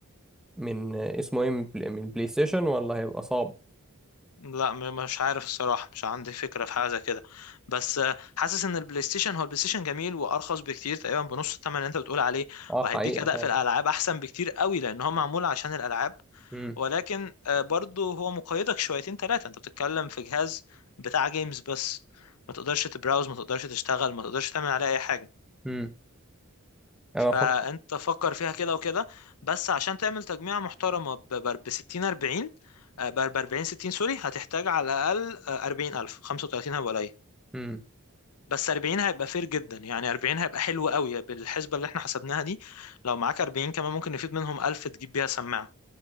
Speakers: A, in the centre; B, on the left (about 90°).
A: من اسمه ايه من بل- من بلاي ستيشن ولا هيبقى صعب
B: لا م- مش عارف الصراحة مش عندي فكرة في حاجة زي كده بس آه، حاسس ان البلاي ستيشن هو البلاي ستيشن جميل وارخص بكتير تقريبا بنص الثمن اللي انت بتقول عليه
A: اه
B: وهيديك
A: حقيقة
B: اداء
A: فعلا
B: في الالعاب احسن بكتير قوي لان هو معمول عشان الالعاب
A: امم
B: ولكن آه، برضه هو مقيدك شويتين ثلاثة انت بتتكلم في جهاز بتاع جيمز بس ما تقدرش تبراوز ما تقدرش تشتغل ما تقدرش تعمل عليه اي حاجة
A: امم انا
B: فانت
A: فكر
B: فكر فيها كده وكده بس عشان تعمل تجميعة محترمة ب 60 40 ب 40 60 سوري هتحتاج على الاقل 40000 35 هيبقى قليل
A: امم
B: بس 40 هيبقى فير جدا يعني 40 هيبقى حلو قوي بالحسبة اللي احنا حسبناها دي لو معاك 40 كمان ممكن يفيد منهم 1000 تجيب بيها سماعة